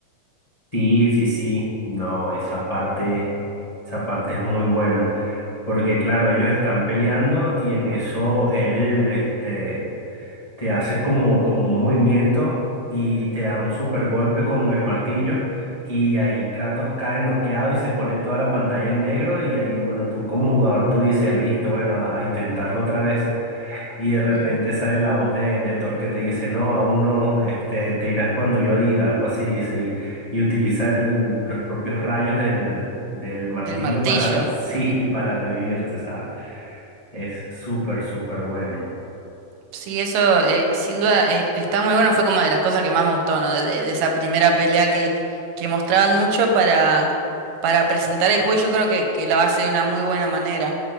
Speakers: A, on the left; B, on the right.
A: Sí, sí, sí, no, esa parte, esa parte es muy buena, porque claro, ellos están peleando y en eso él, este, te hace como, como un movimiento y te da un super golpe con el martillo y ahí Kratos cae noqueado y se pone toda la pantalla en negro y ahí, bueno, tú como jugador tú dices, listo, bueno, a, a intentarlo otra vez. Y de repente
B: Mm,
A: sale la voz de, de Thor que te dice, no, aún no, este, te irás cuando yo diga, algo así, dice, y, y utiliza el- los propios rayos del, del martillo
B: Del martillo.
A: para, re- <laughs> sí,
B: Mm.
A: para revivirte, ¿sabes? Es súper, súper bueno.
B: Sí, eso eh, sin duda eh, está muy bueno, fue como de las cosas que más me gustó, ¿no? De, de esa primera pelea que, que mostraban mucho para, para presentar el juego y yo creo que, que lo hace de una muy buena manera.